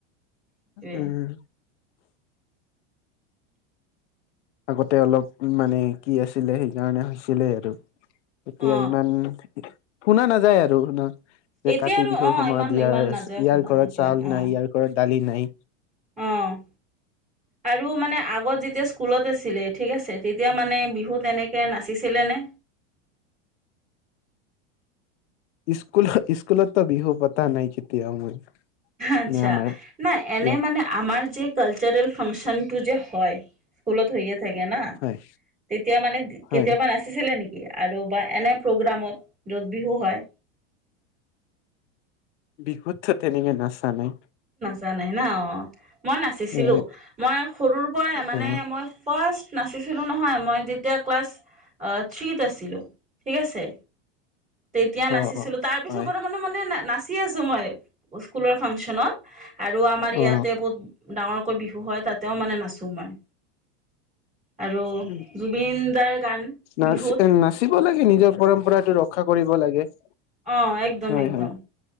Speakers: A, on the right; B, on the left.
A: এইটোৱে
B: উম। আগতে অলপ মানে কি আছিলে সেইকাৰণে হৈছিলে আৰু। এতিয়া
A: অ
B: ইমান শুনা নাযায় আৰু না। যে
A: এতিয়া
B: কাতি
A: আৰু
B: বিহুৰ
A: অ
B: সময়ত
A: ইমান
B: ইয়াৰ
A: ইমান নাযায়
B: ইয়াৰ
A: শুনা
B: ঘৰত
A: এইটোৱে
B: চাউল
A: অ
B: নাই ইয়াৰ ঘৰত দালি নাই।
A: অ' আৰু মানে আগত যেতিয়া স্কুলত আছিল লে ঠিক আছে তেতিয়া মানে বিহু তেনেকে নাচিছিলে নে?
B: স্কুল-স্কুলত বিহু পতা নাই কতিয়াও মই।
A: আচ্ছা
B: মানে আমাৰ
A: না এনে
B: ইয়াত
A: মানে আমাৰ যে কালচাৰেল ফাংচন তো যে হয় স্কুলত হৈয়ে থাকে না,
B: হয়
A: তেতিয়া মানে কেতিয়াবা
B: হয়
A: নাচিছিলে নেকি? আৰু বা এনে প্ৰগ্ৰামত য'ত বিহু হয়।
B: বিহুততো তেনেকে নচা নাই।
A: জানে নহ। মই নাচিছিলো,
B: অ
A: মই সৰুৰ পৰাই মানে
B: অ
A: মই ফাৰ্চ নাচিছিলো নহয় মই যেতিয়া ক্লাছ থ্ৰীত আছিলো। ঠিক আছে তেতিয়া নাচিছিলো
B: অ
A: তাৰ পিছত
B: হয়
A: পৰমানো নাচি আছো মই স্কুলৰ ফাংচন আৰু আমাৰ ইয়াতে
B: অ
A: বহুত ডাঙৰকৈ বিহু হয় তাতেও মানে নাচো মই। আৰু
B: উম।
A: জুবিন দাৰ গান
B: নাচ-নাচিব
A: বিহুত
B: লাগে নিজৰ পৰম্পৰা তেওঁ ৰস ৰক্ষা কৰিব লাগে।
A: অ' একদম,
B: হয়
A: একদম।
B: হয়